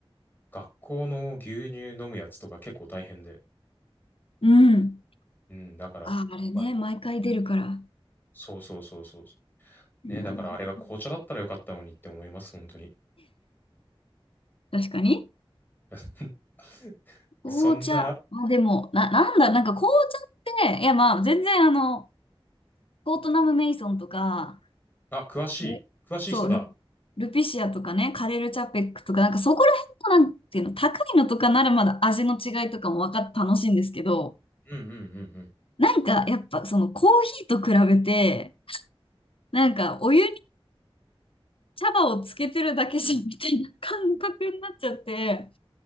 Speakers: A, on the left; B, on the left.
A: 学校の牛乳飲むやつとか結構大変で。
B: うん。
A: うん、だから、
B: あ、あれね、
A: まあね
B: 毎回出るから。
A: そうそうそうそう。
B: なるほど。
A: ね、だからあれが紅茶だったらよかったのにって思います、本当に。
B: 確かに。
A: <laughs>
B: 紅茶。
A: そんな、
B: あ、でも、な、なんだ、なんか紅茶って、いやまあ、全然あの、コートナム・メイソンとか、
A: あ、詳しい。
B: あれそう、
A: 詳しい人だ。
B: ル、ルピシアとかね、カレル・チャペックとか、なんかそこら辺のなんていうの、高いのとかならまだ味の違いとかも分かって楽しいんですけど、
A: うんうんうんうん。
B: なんかやっぱそのコーヒーと比べて、なんかお湯に茶葉をつけてるだけしみたいな感覚になっちゃって、